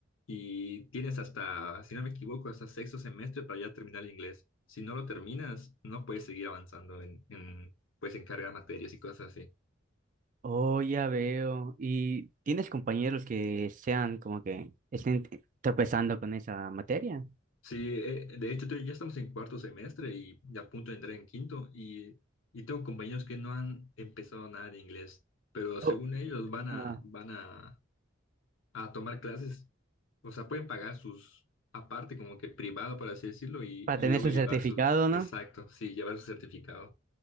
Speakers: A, on the left; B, on the right.
A: Y tienes hasta, si no me equivoco, hasta sexto semestre para ya terminar el inglés. Si no lo terminas, no puedes seguir avanzando en, en, pues, en cargar materias y cosas así.
B: Oh, ya veo. ¿Y tienes compañeros que sean como que estén tropezando con esa materia?
A: Sí, eh, de hecho, te- ya estamos en cuarto semestre y ya a punto de entrar en quinto y, y tengo compañeros que no han empezado nada de inglés, pero
B: Oh,
A: según ellos van
B: ah,
A: a, van a, a tomar clases, o sea, pueden pagar sus, aparte como que privado, por así decirlo, y,
B: para
A: y
B: tener
A: luego
B: su
A: llevar
B: certificado,
A: su,
B: ¿no?
A: exacto, sí, llevar su certificado.